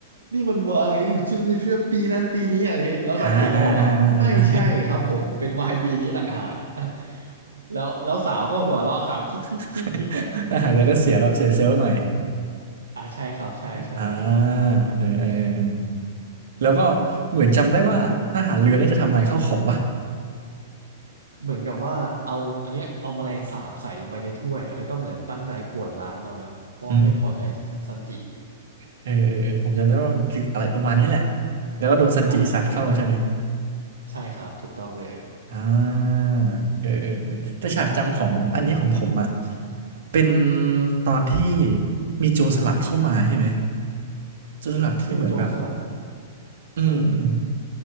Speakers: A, on the right; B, on the right.
A: นี่มันไวน์ชิมได้เพื่อปีนั้นปีนี้อะไรเงี้ยแล้วซันจิก็บอกว่าไม่ใช่ครับผมเป็นไวน์ปีนี้ต่างหาก
B: อ่าอ่าอ่าอ่าจำได้
A: <laughs> แล้วแล้วสาวก็หัวเราะขำคิกคิกคิกคิกอ่ะ
B: <laughs> ทหารเรือต้องเสียแบบเสียเซลล์หน่อย
A: อ่าใช่ครับใช่ใช่
B: อ่าเออเออเออแล้วก็เหมือนจำได้ว่าทหารเรือเนี่ยจะทำลายข้าวของป่ะ
A: เหมือนกับว่าเอาอันเนี้ยเอาแมลงสาบใส่ลงไปในถ้วยแล้วก็เหมือนตั้งใจป่วนร้านตอนนั้นเพราะว่าไม่พอใจซันจิ
B: อืมเออเออเออผมจำได้ว่ามันคืออะไรประมาณนี้แหละแล้วก็โดนซันจิสัตว์เข้าใช่ไหม
A: อ่าใช่ครับใช่ครับถูกต้องเลย
B: อ่าเออเออเออแต่ฉากจำของอันนี้ของผมอ่ะเป็นตอนที่มีโจรสลัดเข้ามาใช่ไหมโจรสลัดที่เหมือนแบบ
A: เป็นโจรสลัด
B: อืมอืม
A: กลุ่ม